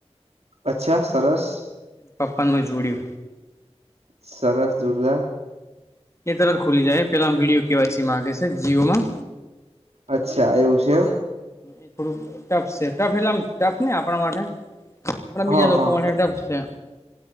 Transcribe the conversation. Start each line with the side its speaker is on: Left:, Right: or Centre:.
Right: અચ્છા સરસ.
Left: પપ્પા <unintelligible>
Right: સરસ જોરદાર.
Left: એ તરત ખુલી જાય પેલા વિડીયો કેવાયસી માંગે છે જીઓમાં.
Right: અચ્છા એવું છે એમ.
Left: એ થોડુંક ટફ છે ટફ એટલે આમ ટફ નહી આપણા માટે પણ બીજા
Right: હા
Left: લોકો
Right: હા
Left: માટે ટફ છે.